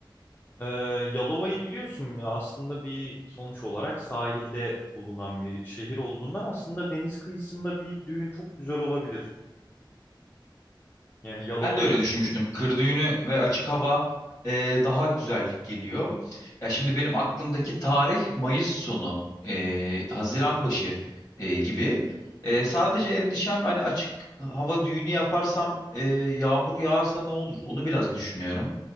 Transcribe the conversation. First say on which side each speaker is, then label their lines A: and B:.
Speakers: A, on the left (about 25°); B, on the left (about 45°).
A: E, Yalova'yı biliyorsun ya aslında bir sonuç olarak sahilde bulunan bir şehir olduğundan aslında deniz kıyısında bir düğün çok güzel olabilir. Yani Yalova'daki
B: Ben de öyle düşünmüştüm.
A: düğün.
B: Kır düğünü ve açık hava e, daha güzel geliyor. Ya şimdi benim aklımdaki tarih Mayıs sonu, e, Haziran başı e, gibi. E, sadece endişem hani açık hava düğünü yaparsam e, yağmur yağarsa ne olur? Onu biraz düşünüyorum.